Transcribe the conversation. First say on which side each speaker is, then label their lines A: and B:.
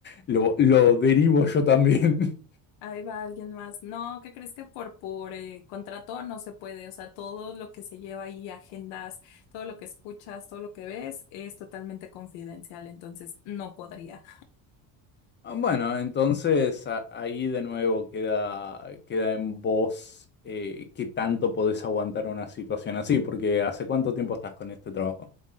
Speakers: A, on the left (about 30°); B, on the left (about 85°).
A: Lo, lo derivo yo también.
B: Ahí va alguien más. No, ¿qué crees que por, por eh, contrato no se puede? O sea, todo lo que se lleva ahí, agendas, todo lo que escuchas, todo lo que ves, es totalmente confidencial, entonces no podría.
A: Ah, Bueno, entonces a- ahí de nuevo queda, queda en vos eh, qué tanto podés aguantar una situación así, porque ¿hace cuánto tiempo estás con este trabajo?